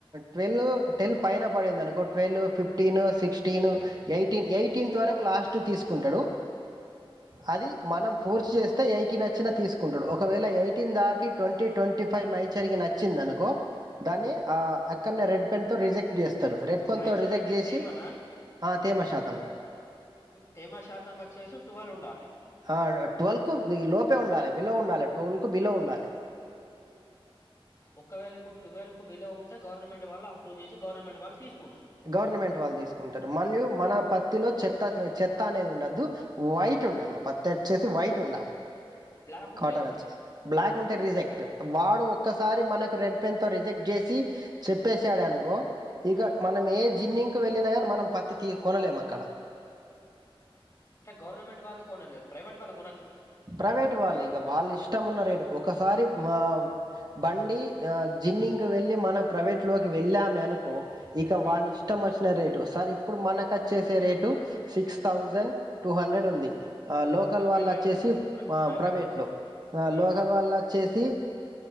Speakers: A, on the right; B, on the left.
A: ట్వెల్ టెవ పైన పడింది అనుకో twelve fifteen sixteen eighteen eighteenth వరకు లాస్ట్ తీసుకుంటాడు అది మనం ఫూర్స్ చేస్తే ఎయిటీన్ వచ్చినా తీసుకుంటాడు ఒకవేళ ఎయిటీన్ దాటి ట్వంటీ ట్వంటీ ఫైవ్ మైచ్చరికి నచ్చిందా దాని ఆ అక్కడనే రెడ్ పెన్ తో రిజెక్ట్ చేస్తారు రెడ్ పెన్
B: మైచర్
A: తో రిజెక్ట్
B: అంటే
A: చేసి
B: తేమనా
A: ఆ తే మ శాతంస్
B: తేమ శాతం వచ్చ టువల్ ఉండాలి
A: ఆ ట్వల్ కు లోపే ఉండాలి బిలో ఉండాలి ట్వెల్వ్ కు బిలో ఉండాలి
B: ఒకే ఇప్పుడుటూవెల్వ్ కు బిలో ఉంటే గవర్నమెంట్ వాళ్ళ అప్రూవ్ చేసి గవర్నమెంట్ వాళ్ళు తీసు
A: గవర్నమెంట్ వాళ్ళు తీసుకుంటారు మళ్ళయు మన పత్తిలో చెత్త చెత్త అనేది ఉండద్దు వైట్ ఉండాలి పత్త వచేసి వైట్ ఉండాలి
B: బ్లాక్
A: కాటన్
B: ఉంటే
A: వచ్చి బ్లాక్ ఉంటే రిజెక్ట్ వాడు ఒక్కసారి మనకు రెడ్ పెన్ తో రిజెక్ట్ చేసి చెప్పసాడు అనుకో ఇక
B: ఉమ్
A: మనం ఏ జిన్నింగ్ వెళ్ళిన కాని మనం పత్తి తీ కొనలేము అక్కడ
B: గవర్నమెంట్ళ్ళ కొనలే ప్రైవేట్ వాళ్ళ కొనచ్చు
A: ప్రైవేట్ వాళ్ళు ఇక వాళ్ళు ఇష్టంన్న రేడు ఒకసారి మా బండి అడి ఆ జిన్నింగ్ క వెళ్ళి మన ప్రైవేట్ లోకి వెళ్ళామ అనుకో ఇక వాని
B: ఉమ్
A: ఇష్టం వచ్చిన రేటు సార్ ఇప్పుడు మనక వచ్చేసే rate six thousand two hundred ఉంది లోకల్
B: ప్రైవేట్
A: వాళ్ళు వచ్చేసి
B: లో ప్ర ప్రైవేట్
A: ప్రైవేట్లో
B: లో ఉమ్
A: లోకల్ వాళ్ళ వచ్చేసిి